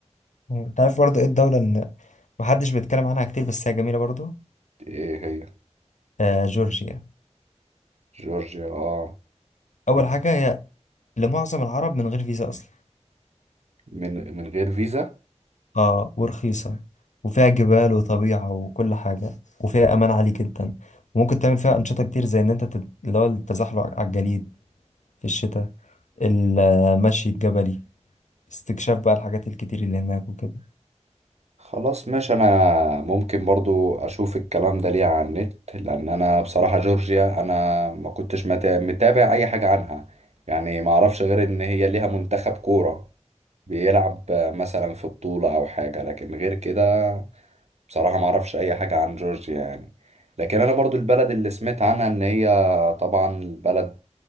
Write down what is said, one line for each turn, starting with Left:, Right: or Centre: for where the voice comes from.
Left: يعني انت عارف برضه ايه الدولة اللي محدش بيتكلم عنها كتير بس هي جميلة برضه
Right: إيه هي
Left: آه جورجيا
Right: جورجيا اه
Left: اول
Right: بلد
Left: حاجة هي لمعظم العرب من غير فيزا اصلا
Right: من من غير فيزا
Left: اه ورخيصة وفيها جبال وطبيعة وكل حاجة وفيها امان عالي جدا وممكن تعمل فيها انشطة كتير زي ان انت تت- اللي هو التزحلق على الجليد في الشتاء المشي الجبلي استكشاف بقى الحاجات الكتير اللي هناك وكده
Right: خلاص ماشي أنا ممكن برضو أشوف الكلام ده ليه على النت لأن أنا بصراحة جورجيا أنا ما كنتش متا- متابع أي حاجة عنها يعني ما أعرفش غير إن هي ليها منتخب كورة بيلعب مثلا في بطولة أو حاجة لكن غير كده بصراحة ما اعرفش اي حاجة عن جورجيا يعني لكن انا برضو البلد اللي سمعت عنها ان هي طبعا بلد